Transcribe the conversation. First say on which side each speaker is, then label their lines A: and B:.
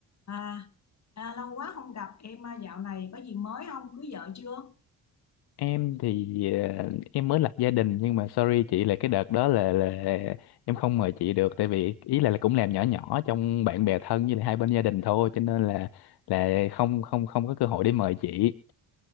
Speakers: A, on the left; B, on the left.
A: À, à lâu quá không gặp em à, dạo này có gì mới không? Cưới vợ chưa?
B: em thì ờ, em mới lập gia đình nhưng mà sorry chị là cái đợt đó là là em không mời chị được tại vì ý là, là cũng làm nhỏ nhỏ trong bạn bè thân với lại hai bên gia đình thôi cho nên là là không không không có cơ hội để mời chị